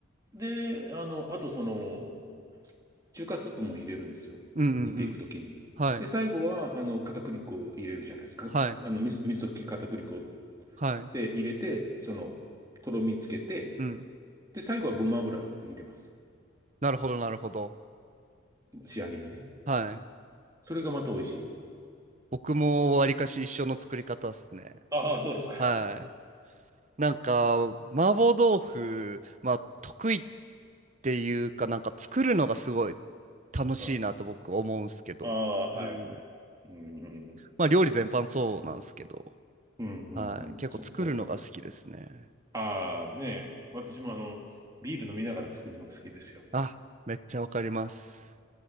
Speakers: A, on the right (about 15°); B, on the right (about 35°).
A: で、あの、あとその、中華スープも入れるんですよ。
B: うんうんうん。
A: ちょっと煮ていくときに。
B: はい。
A: で、最後は、あの、片栗粉を入れるじゃないですか。
B: はい。
A: あの、水、水溶き片栗粉
B: はい。
A: で入れて、その、とろみつけて、
B: うん。
A: で、最後はごま油を入れます。
B: なるほどなるほど。
A: 仕上げにね。
B: はい。
A: それがまた美味しい。
B: 僕もわりかし一緒の作り方っすね。
A: ああ、そうですか。
B: はい。なんか、麻婆豆腐、まあ、得意っていうか、なんか作るのがすごい楽しいなと僕思うんすけど、
A: うん。ああ、はいはいはい。
B: うん。
A: うん。
B: まあ、料理全般そうなんすけど、
A: うんうんうん。
B: はい。結構作るのが好きですね。
A: そう、そうです。ああ、ねえ。私もあの、ビール飲みながら作るのが好きですよ。
B: あ、めっちゃわかります。